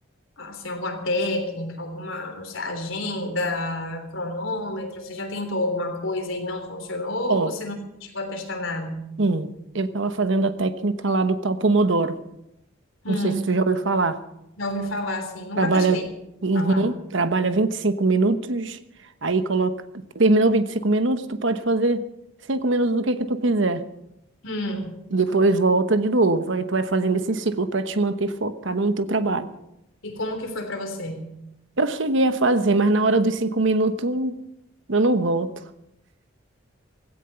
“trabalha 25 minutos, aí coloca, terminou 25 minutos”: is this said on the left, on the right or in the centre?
Right